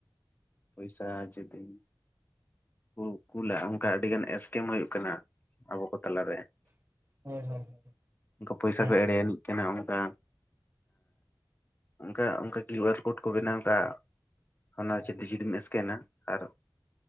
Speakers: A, on the left (about 25°); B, on the right (about 30°).
A: ᱯᱚᱭᱥᱟ ᱡᱩᱫᱤᱢ ᱠᱩ-ᱠᱩᱞᱟ ᱚᱱᱠᱟ ᱟᱹᱰᱤ ᱜᱟᱱ ᱮᱥᱠᱮᱢ ᱦᱩᱭᱩᱜ ᱠᱟᱱᱟ ᱟᱵᱚ ᱠᱚ ᱛᱟᱞᱟ ᱨᱮ᱾
B: ᱦᱳᱭ ᱦᱳᱭ᱾
A: ᱠᱟ ᱯᱚᱭᱥᱟ
B: ᱡᱟᱦᱟᱸ
A: ᱠᱚ ᱮᱲᱮᱭᱟᱱᱤᱡ ᱠᱟᱱᱟ᱾ ᱟᱧᱚᱱᱠᱟ ᱚᱱᱠᱟ ᱚᱱᱠᱟ ᱠᱤᱭᱩ ᱟᱨ ᱠᱳᱰ ᱠᱚ ᱵᱮᱱᱟᱣ ᱠᱟᱜ-ᱟ᱾ ᱚᱱᱟ ᱡᱩᱫᱤ ᱡᱩᱫᱤᱢ ᱮᱠᱮᱱᱟ ᱟᱨ